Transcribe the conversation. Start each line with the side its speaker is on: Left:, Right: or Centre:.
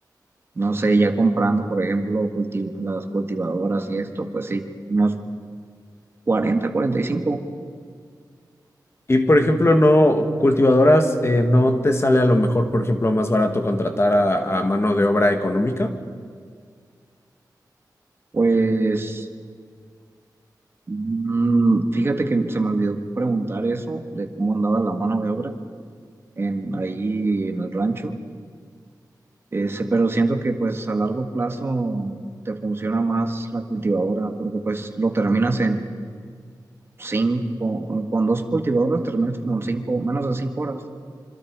Right: no sé, ya comprando, por ejemplo, culti- las cultivadoras y esto, pues sí, unos cuarenta cuarenta y cinco
Left: Y, por ejemplo, no, cultivadoras, eh, ¿no te sale a lo mejor, por ejemplo, más barato contratar a a mano de obra económica?
Right: pues mm, fíjate que se me olvidó preguntar eso de cómo andaba la mano de obra en, ahí en el rancho. ese pero siento que pues a largo plazo te funciona más la cultivadora, porque pues lo terminas en cinco, con dos cultivadoras terminas como en cinco, menos de cinco horas.